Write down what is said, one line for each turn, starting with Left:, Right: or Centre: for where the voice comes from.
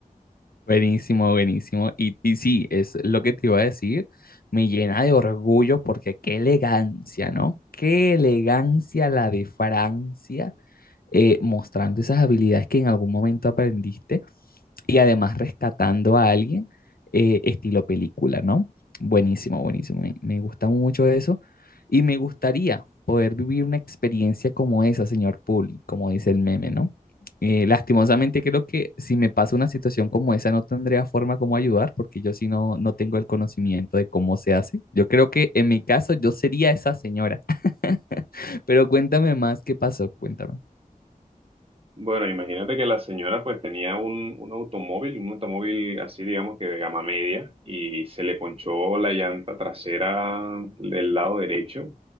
Left: Buenísimo, buenísimo. Y, y sí, es lo que te iba a decir. Me llena de orgullo porque qué elegancia, ¿no? Qué elegancia la de Francia eh, mostrando esas habilidades que en algún momento aprendiste y además rescatando a alguien eh, estilo película, ¿no? Buenísimo, buenísimo. Me, me gusta mucho eso y me gustaría poder vivir una experiencia como esa, señor Poole, como dice el meme, ¿no? Eh, lastimosamente creo que si me pasa una situación como esa no tendría forma como ayudar porque yo sí no, no tengo el conocimiento de cómo se hace. Yo creo que en mi caso yo sería esa señora, <laughs> pero cuéntame más qué pasó, cuéntame.
Right: Bueno, imagínate que la señora pues tenía un, un automóvil, un automóvil así digamos que de gama media y se le ponchó la llanta trasera del lado derecho